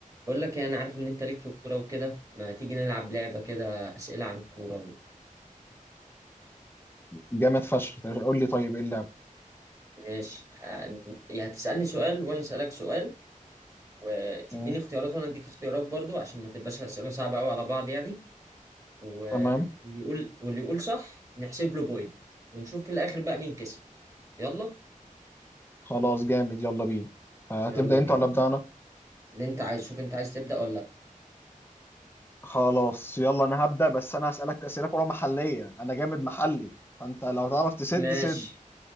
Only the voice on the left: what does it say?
جامد فشخ قول لي طيب ايه اللعبة
مم.
تمام
خلاص جامد يلا بينا هتبدأ
انت ولا أبدأ انا
خلاص يلا انا هبدأ بس انا هسألك أسئلة كلها محلية انا جامد محلي فانت لو تعرف تسد
سد